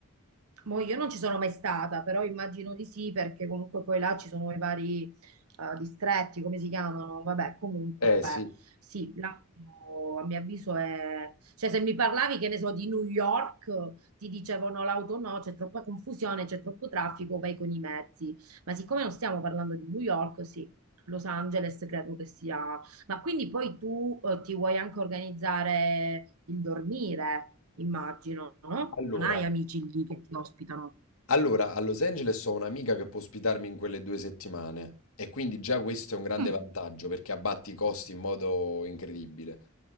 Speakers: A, on the right (about 85°); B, on the left (about 80°).
A: boh, io non ci sono mai stata, però immagino di sì, perché comunque poi là ci sono i vari eh, distretti, come si chiamano? Vabbè, comunque.
B: Eh sì,
A: Sì, l'auto a mio avviso è... Cioè, se mi parlavi, che ne so, di New York, ti dicevano l'auto no, c'è troppa confusione, c'è troppo traffico, vai con i mezzi. Ma siccome non stiamo parlando di New York, sì, Los Angeles credo che sia... Ma quindi poi tu eh, ti vuoi anche organizzare il dormire, immagino, no?
B: allora.
A: Non hai amici lì che ti ospitano.
B: Allora, a Los Angeles ho un'amica che può ospitarmi in quelle due settimane e quindi già questo è un grande
A: Mm.
B: vantaggio perché abbatti i costi in modo incredibile.